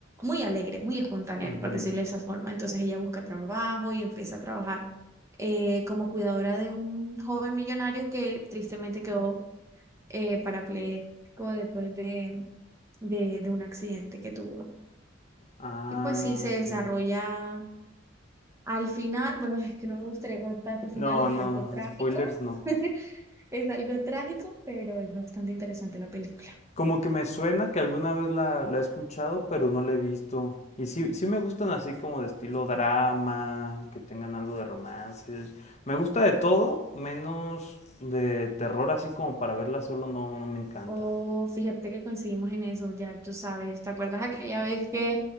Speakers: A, on the right (about 15°); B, on the left (about 35°).
A: muy alegre, muy espontánea,
B: Ujú.
A: por decirlo de esa forma. Entonces ella busca trabajo y empieza a trabajar eh, como cuidadora de un joven millonario que tristemente quedó eh, parapléjico después de de, de un accidente que tuvo.
B: Ah,
A: Y pues sí, se
B: ok.
A: desarrolla al final, bueno, <laughs> es que no me gustaría contar que al final
B: No,
A: es
B: no,
A: algo trágico,
B: spoilers no.
A: <laughs> es algo trágico, pero es bastante interesante la película.
B: Como que me suena que alguna vez la, la he escuchado, pero no la he visto. Y sí, sí me gustan así como de estilo drama, que tengan algo de romances. Me gusta de todo, menos de terror, así como para verla solo no, no me encanta.
A: oh fíjate que coincidimos en eso, ya tú sabes, ¿te acuerdas aquella vez que